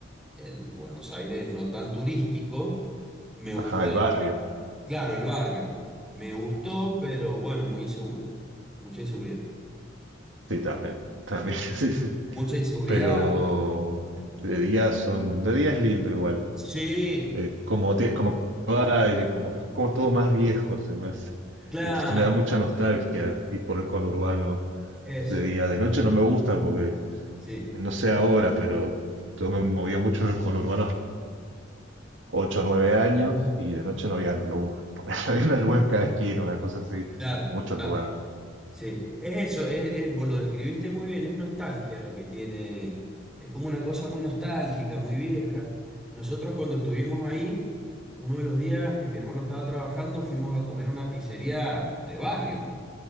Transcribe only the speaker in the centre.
el Buenos Aires no tan turístico. Me gustó,
claro, el barrio. Me gustó, pero bueno, muy inseguro. Mucha inseguridad.
Mucha inseguridad.
Sí,
claro,
eso.
Sí.
Claro,
claro.
Sí, es eso, es, es- vos lo describiste muy bien, es nostalgia lo que tiene, es como una cosa muy nostálgica, muy vieja. Nosotros cuando estuvimos ahí, uno de los días que mi hermano estaba trabajando, fuimos a comer a una pizzería de barrio.